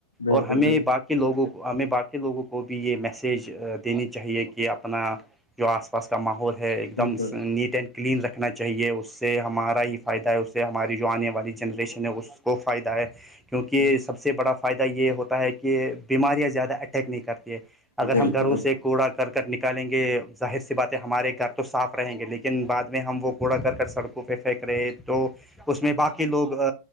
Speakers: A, on the left; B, in the centre.
A: بالکل
B: اور ہمیں باقی کے لوگوں کو ہمیں باقی لوگوں کو بھی یہ میسیج دینی چاہیے کہ اپنا جو آس پاس کا ماحول ہے ایک
A: بالکل
B: دم نیٹ اینڈ کلین رکھنا چاہیے اس سے ہمارا ہی فائدہ ہے اس سے ہماری جو آنے والی جنریشن ہے اس کو فائدہ ہے کیونکہ
A: بالکل
B: سب سے بڑا فائدہ یہ ہوتا ہے کہ بیماریاں زیادہ اٹیک نہیں کرتی اگر
A: بالکل
B: ہم گھروں سے کوڑا کرکٹ نکالیں گے ظاہر سی بات ہے ہمارے گھر تو صاف رہیں گے لیکن بعد میں ہم وہ کوڑا کر کر سڑکوں پہ پھینک رہے ہیں تو اس میں باقی لوگ